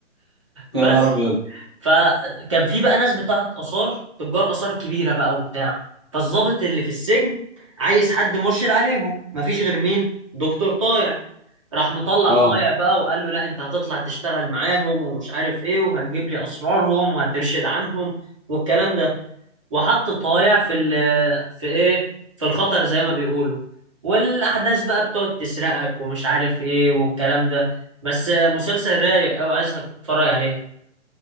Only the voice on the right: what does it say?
بس
فكان في بقى ناس بتاعت آثار تجار آثار كبيرة بقى وبتاع فالضابط اللي في السجن عايز حد مرشد عليهم مفيش غير مين دكتور طايع راح مطلع
طايع بقى وقال له لا انت هتطلع تشتغل معاهم ومش عارف ايه وهتجيب لي اسرارهم وهترشد عنهم والكلام ده وحط طايع في ال في ايه في الخطر زي ما بيقولوا والاحداث بقى بتقعد تسرقك ومش عارف ايه والكلام ده بس مسلسل رايق قوي عايزك تتفرج عليه